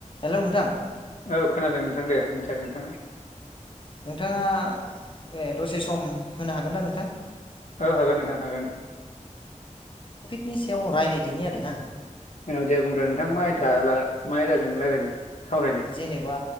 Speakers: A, on the left; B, on the left.
A: हेलै नोंथां।
B: औ खोनादों नोंथां दे बुंसाय नोंथाङा।
A: नोंथाङा ए दसे सम होनो हागोन ना नोंथां?
B: ओ हागोन नोंथां हागोन।
A: नि सायाव रायलायदिनि आरो ना।
B: औ दे बुंदो नोंथां मा आयदा ला मा आयदाजों रायलायनो? सावरायनो
A: जेनेबा